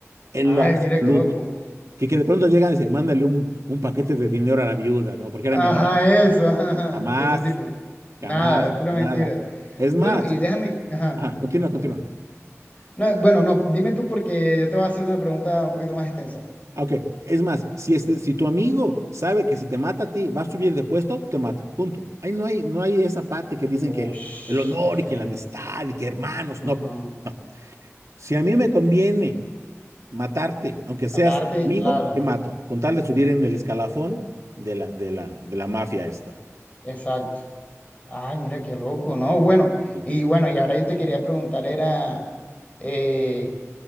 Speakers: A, on the right; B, on the left.
A: En
B: ay,
A: lo absoluto.
B: mira qué loco.
A: Que, que de pronto llegan y dicen, mándale un, un paquete de dinero a la viuda, ¿no? Porque era
B: Ajá,
A: mi amiga.
B: eso, <laughs> ajá,
A: Jamás.
B: ajá, de ese tipo. Nada,
A: Jamás,
B: es pura
A: nada.
B: mentira.
A: Es
B: Bueno,
A: más,
B: y déjame, ajá.
A: ah, continúa, continúa.
B: No, bueno, no, dime tú porque yo te voy a hacer una pregunta un poquito más extensa.
A: Ah, Ok, es más, si, este, si tu amigo sabe que si te mata a ti va a subir de puesto, te mata, punto. Ahí no hay, no hay esa parte que dicen que
B: Uy,
A: el, el honor
B: qué feo.
A: y que la amistad y que hermanos,
B: Ajá.
A: no, no. Si a mí me conviene matarte, aunque
B: Matarte,
A: seas mi amigo,
B: claro,
A: te mato, con tal de subir en el escalafón de la, de la, de la mafia esta.
B: exacto. Ay, mira qué loco, no, bueno,
A: Sí.
B: y bueno, y ahora yo te quería preguntar era... Eh,